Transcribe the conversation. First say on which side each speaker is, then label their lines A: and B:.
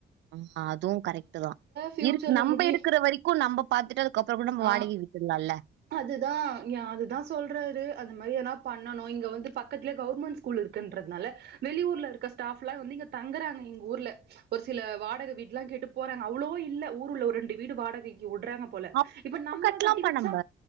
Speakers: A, on the right; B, on the right.
A: ஆ அதுவு கரெக்ட்டு தா
B: ஃபியூச்சர்ல
A: இருக் நம்ம
B: முடிய
A: இருக்குற வரைக்கு நம்ம பாத்துட்டு அதுக்கப்புறோ கூட நம்ம
B: ஆ
A: வாடகை விட்டுட்லால
B: அதுதா ஏ அதுதா சொல்றாரு அது மாரி ஏனா பண்ணனு இங்க வந்து பக்கத்துலயே கவர்மெண்ட் ஸ்கூல் இருக்குன்றதுனால வெளியூர்ல இருக்க ஸ்டாஃப் ப்லா வந்து இங்க தங்குறாங்க எங்க ஊர்ல ஒரு சில வாடக வீட்லா கேட்டு போறாங்க அவ்வளோ இல்ல ஊருல ஒரு ரெண்டு வீ வீடு வாடகைக் கு வுடுறாங்க போல
A: அப்ப
B: இப்ப நம்ம
A: கட்டலாம்ப்பா
B: கட்டி வச்சா
A: நம்ப